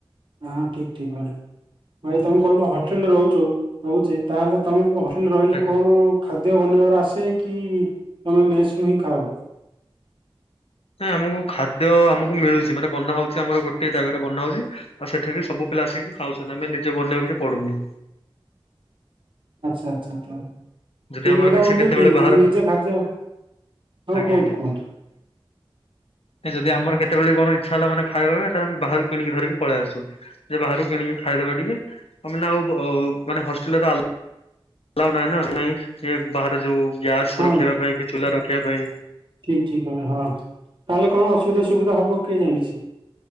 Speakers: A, on the right; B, on the left.
A: ହଁ ଠିକ ଠିକ ଭାବିଲ। ଭାଇ ତୋମେ କହିଲ ହଟେଲ୍ ରେ ରହୁଛୁ ରହୁଚି। ତାହେଲେ ତୋମେ କୁହ ଟିଲ ରହିଲେ
B: ଆଜ୍ଞା।
A: କଣ ଖାଦ୍ୟ ବନେଇବାର ଆସେ କି ତେ ମେସ୍ ରୁ ହି ଖାଅ?
B: ନାଇଁ ଆମକୁ ଖାଦ୍ୟ ଆମକୁ ମିଳୁଛି ମାନେ ବନା ହଉଛି ଆମର ଗୋଟେ ଜାଗାରେ ବନା ହଉଛି ଆଉ ସେଠିକି ସବୁ ପିଲା ଆସିକି ଖାଉଛନ୍ତି ଆମେ ନିଜେ ବନେଇବାକୁ କିଛି ପଡୁନି।
A: ଆଚ୍ଛା ଆଚ୍ଛା ତ
B: ଯଦି
A: ଠିକ୍
B: ଆମର
A: ଏଟା
B: କିଛି
A: ମତେ
B: କେତେବେଳେ
A: ଠିକ୍
B: ବାହାରୁ
A: ଯଦି ନିଜେ ଖାଦ୍ୟ ହଁ
B: ଆଜ୍ଞା
A: କୁହନ୍ତୁ
B: ଆଜ୍ଞା
A: କୁହନ୍ତୁ
B: ଯଦି ଆମର କେତେବେଳେ କଣ ଇଚ୍ଛା ହେଲା ମାନେ ଖାଇବା ପାଇଁ ତାହାଲେ ଆମେ ବାହାରୁ କିଣି ଧରିକି ପଳେଇ ଆସୁ ବାହାରୁ କିଣିକି ଖାଇଦବା ଟିକେ ମାନେ ନେ ଆଉ ମାନେ ହଷ୍ଟେଲ ର ଆଲା ଏଲାଓ ନାହିଁ ନା ବାହାର ଯୋଉ ଗ୍ୟାସ
A: ହଁ
B: ରଖିବା ପାଇଁ କି ଚୁଲା ରଖିବା ପାଇଁ
A: ଠିକ୍ ଠିକ୍ ହଁ ତାହାଲେ କଣ ଅସୁବିଧା ସୁବିଧା ହବ କିଏ ଜାଣିଛି?